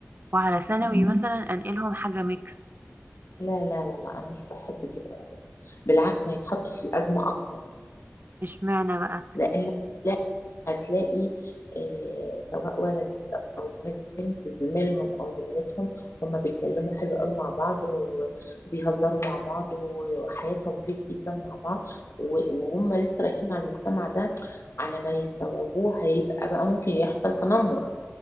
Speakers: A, on the right (about 45°); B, on the left (about 75°).
A: وعلى ثانوي مم. مثلا انقلهم حاجه ميكس
B: لا لا لا لا أنا مش بحب كده أبدا بالعكس هيتحطوا في الأزمة أكتر
A: اشمعنى بقى
B: لان لا هتلاقي آه، سواء ولد او بنت زميلهم او زميلتهم هما بيتكلموا حلو قوي مع بعض و- وبيهزروا مع بعض و- وحياتهم بيس جدا مع بعض و- وهم لسه رايحين على المجتمع ده على ما يستوعبوه هيبقى بقى ممكن يحصل تنمر